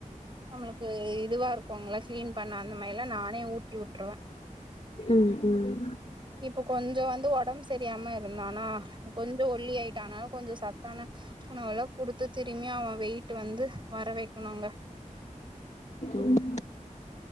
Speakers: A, on the right (about 35°); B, on the left (about 55°).
A: நம்மளுக்கு இதுவா இருக்கும்ள கிளீன் பண்ண அந்த மாரில்லா நானே ஊட்டி விட்டுருவ
B: ம் ம்
A: இப்ப கொஞ்சம் வந்து ஒடம்பு ச தெரியாம இருந்தனா கொஞ்சம் ஒல்லி ஆயிட்டா ஆனால கொஞ்சம் சத்தான உணவு எல்லாம் குடுத்து திரும்பியும் அவன் வெயிட்டு வந்து வர வைக்கணும்ங்க
B: ம்